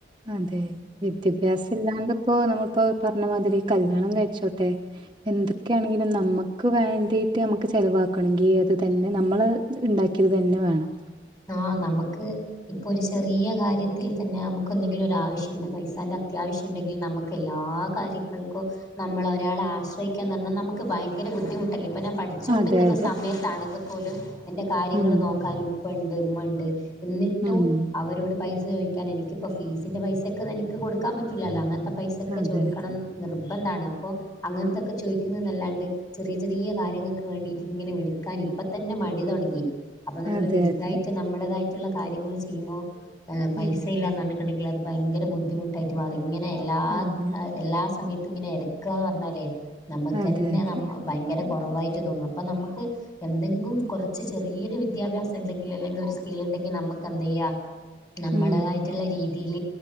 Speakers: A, on the right (about 25°); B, on the left (about 20°).
A: അതെ വിദ്യാഭ്യാസം ഇല്ലാണ്ട് ഇപ്പോ നമ്മളിപ്പോ പറഞ്ഞമാതിരി കല്ല്യാണം കഴിച്ചോട്ടെ എന്തൊക്കെയാണെങ്കിലും നമ്മുക്ക് വേണ്ടീട്ട് നമ്മുക്ക് ചിലവാ ക്കണെങ്കിൽ അത് തന്നെ നമ്മൾ ഉണ്ടാക്കിയത് തന്നെ വേണം
B: ആഹ് നമുക്ക് ഇപ്പൊ ഒരു ചെറിയ കാര്യത്തിൽ തന്നെ നമുക്ക് നമുക്കന്തെങ്കിലും ഒരാ വശ്യമുണ്ട് പൈസാന്റെ അത്യാവശ്യം ഉണ്ടെങ്കിൽ നമുക്ക് എല്ലാ കാര്യങ്ങൾക്കും നമ്മള് ഒരാള് ആശ്രയിക്കന്ന് പറഞ്ഞാൽമുക്ക് ഭയങ്കര ബുദ്ധിമുട്ടല്ലേ ഇപ്പ പഠിച്ചോണ്ടിരിക്കുന്ന
A: അതെ അതെ
B: സമയത്താണങ്കിൽ പോലും എന്റെ കാര്യങ്ങള്ൾ
A: ഉം
B: നോക്കാൻ ഉപ്പണ്ട് ഉമ്മണ്ട് ന്നിട്ടും
A: ഉം
B: അവരോട് പൈസ ചോയ്ക്കാൻ എനിക്കിപ്പോ ഫീസിന്റെ പൈസയൊക്കെ എനിക്ക് കൊടുക്കാൻ പറ്റൂല്ലല്ലോ അങ്ങനത് പൈസൊക്കെ
A: അതെ
B: ചോദിക്കണം
A: അതെ
B: നിർ ഇന്താണ് അപ്പോ അങ്ങനത്തൊക്കെ ചോദിക്കുന്നതല്ലാണ്ട് ചെറിയ ചെറിയ കാര്യങ്ങൾക്ക് വേണ്ടിയിട്ട് ഇങ്ങനെ വിളിക്കാനാരി അപ്പ തന്നെ മടി തുടങ്ങി അപ്പൊ നമ്മള്
A: അതെ
B: വലുതായിട്ട്
A: അതെ
B: നമ്മുടേതായിട്ടുള്ള കാര്യങ്ങൾ ചെയ്യുമ്പോൾ പൈസയിലല്ലാ
A: ഉം
B: ന്നർഞ്ഞ് അത് ഭയങ്കര ബുദ്ധിമുട്ടായിട്ട് മാറി ഇങ്ങനെ എല്ലാ
A: അതെ
B: എല്ലാ സമയത്ത് ഇങ്ങനെ എരക്കാന്ന് പറഞ്ഞാലേ നമുക്ക്ന്നെ
A: അതെ അതെ
B: ന ഭയങ്കര കുറവായിട്ട് തോന്നും അപ്പൊ നമുക്ക് എന്തെങ്കും കുറച്ച് ചെറിയൊരു വിദ്യാഭ്യസം ഉണ്ടെങ്കി അല്ലെങ്കിൽ ഒരു സ്കിൽ ഉണ്ടെങ്കിൽ നമുക്ക് എന്തയ്യ നമ്മുടെതായിട്ടുള്ള
A: ഉം
B: രീതിൽ